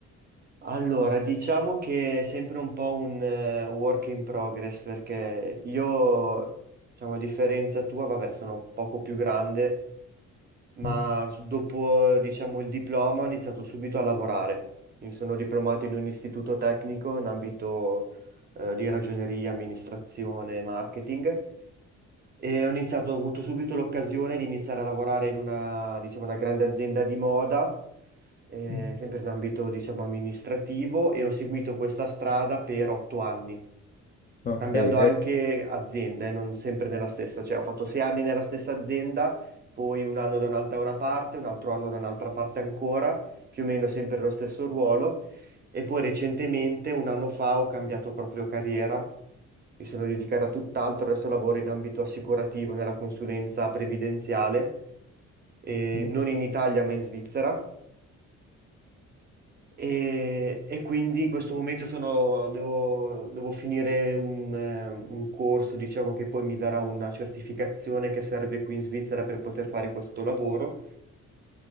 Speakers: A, on the right (about 35°); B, on the left (about 30°).
A: Allora, diciamo che è sempre un po' un eh, work in progress perché io, diciamo, a differenza tua, vabbè, sono poco più grande, ma
B: Mm,
A: s- dopo, diciamo, il diploma ho iniziato subito a lavorare. Mi sono diplomato in un istituto tecnico in ambito eh, di ragioneria, amministrazione, marketing e ho iniziato, ho avuto subito l'occasione di iniziare a lavorare in una, diciamo, una grande azienda di moda eh,
B: mm.
A: sempre in ambito, diciamo, amministrativo e ho seguito questa strada per otto anni,
B: Ok,
A: cambiando
B: eh,
A: anche azienda, eh, non sempre nella stessa, cioè ho fatto sei anni nella stessa azienda, poi un anno da una, da una parte, un altro anno da un'altra parte ancora, più o meno sempre lo stesso ruolo e poi recentemente, un anno fa, ho cambiato proprio carriera. Mi sono dedicata a tutt'altro, adesso lavoro in ambito assicurativo nella consulenza previdenziale, eh,
B: mm,
A: non in Italia ma in Svizzera E, e quindi in questo momento sono- devo, devo finire un, eh, un corso, diciamo, che poi mi darà una certificazione che serve qui in Svizzera per poter fare questo lavoro.